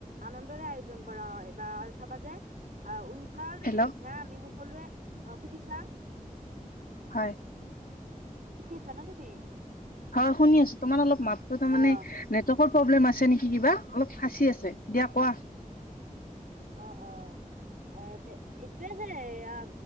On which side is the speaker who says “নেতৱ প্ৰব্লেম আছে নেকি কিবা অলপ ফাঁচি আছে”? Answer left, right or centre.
Left